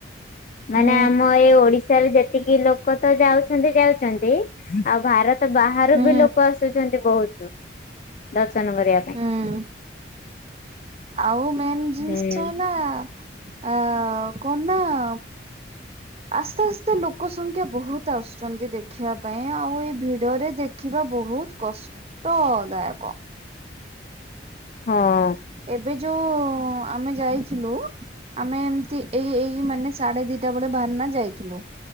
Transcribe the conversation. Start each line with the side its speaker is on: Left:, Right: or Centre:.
Right: ହୁଁ
Left: ମାନେ ଆମ ଏଇ ଓଡିଶାରେ ଯେତିକି ଲୋକ ତ ଯାଉଛନ୍ତି ଯାଉଛନ୍ତି। ଆଉ ଭାରତ ବାହାରୁ
Right: ହୁଁ
Left: ବି ଲୋକ ଆସୁଛନ୍ତି ବହୁତ। ଦର୍ଶନ କରିବା ପାଇଁ।
Right: ହୁଁ। ଆଉ ମେନ୍ ଜିନିଷ
Left: ହୁଁ
Right: ହେଲା। ଆ କଣ ନା ଆସ୍ତେ ଆସ୍ତେ ଲୋକ ସଂଖ୍ୟା ବହୁତ ଆସୁଛନ୍ତି ଦେଖିବା ପାଇଁ ଆଉ ଏଇ ଭିଡରେ ଦେ ଦେଖିବା ବହୁତ କଷ୍ଟଦାୟକ।
Left: ହଁ।
Right: ଏବେ ଯୋଉ ଆମେ ଯାଇଥିଲୁ ଆମେ ଏମତି ଏଇ ଏଇ ମାନେ ସାଢେ ଦିଟା ବେଳେ ଭାରନା ଯାଇଥିଲୁ,